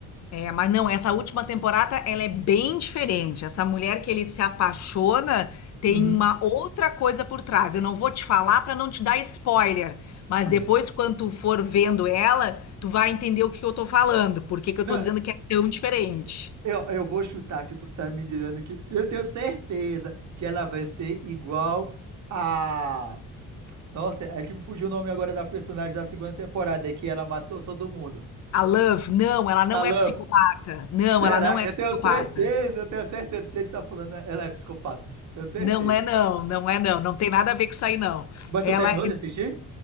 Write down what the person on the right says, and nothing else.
Uhum.
Uhum.
Não,
eu, eu vou chutar que tu tá me dizendo que. Eu tenho certeza que ela vai ser igual a. Nossa, é que me fugiu o nome agora da personagem da segunda temporada, é que ela matou todo mundo.
A Luffy.
Será?
Eu
tenho certeza, eu tenho certeza. Do jeito que tá falando, né? ela é psicopata. Tenho certeza.
Mas
tu terminou de assistir?